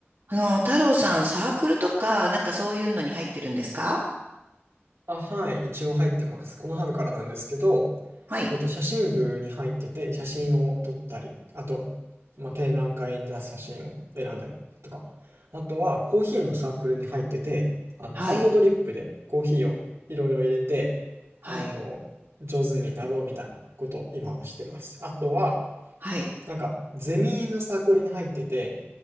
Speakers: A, on the right; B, on the right.
A: あの、太郎さん、サークルとか、なんかそういうのに入ってるんですか
B: あ、はい、一応入ってます。この春からなんですけど、
A: はい、
B: えっと、写真部に入ってて、写真を撮ったり、あとは、まあ、展覧会に出す写真を選んだりとか、あとはコーヒーのサークルに入ってて、あの、
A: はい、
B: ハンドドリップでコーヒーをいろいろ入れて、
A: はい、
B: あの、上手になろうみたいなことを今はしてます。あとは、
A: はい。
B: なんか、ゼミのサークルに入ってて、